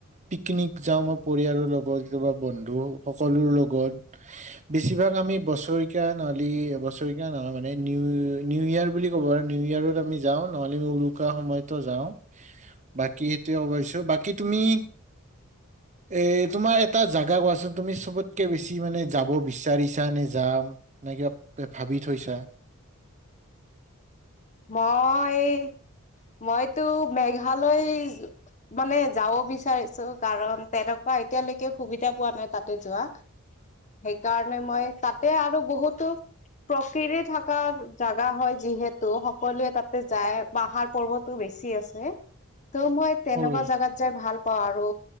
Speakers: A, on the right; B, on the left.
A: পিকনিক যাওঁ মই পৰিয়ালৰ লগত কেতিয়াবা বন্ধু সকলো লগত। বেছিভাগ আমি বছেৰিকীয়া নহলে বছেৰিকীয়া নহয় মানে নি নিউ ইয়েৰ বুলি কয় আৰু নিউ ইয়েৰত আমি যাওঁ নহ'লে আমি উৰুকা সময়তো যাওঁ। বাকী সেইটোয়ে ক'ব বিচাৰিছোঁ বাকী তুমি এ, তোমাৰ এটা জাগা কোৱাচোন তুমি চবতকে বেছি মানে যাব বিচাৰিছা নে যাম এনে কিবা ভাবি থৈছা
B: মই মইতো মেঘালয় মানে যাব বিচাৰিছো কাৰণ তেনেকুৱা এতিয়ালৈকে সুবিধা পোৱা নাই তাতে যোৱা। সেইকাৰণে মই তাতে আৰু বহুটো প্ৰকৃতিৰ থকা জাগা হয় যিহে তু সকলোৱে তাতে যায় পাহাৰ পৰ্বতো বেছি আছে ত মই তেনেকুৱা
A: হয়
B: জাগাত যাই ভাল পাওঁ আৰু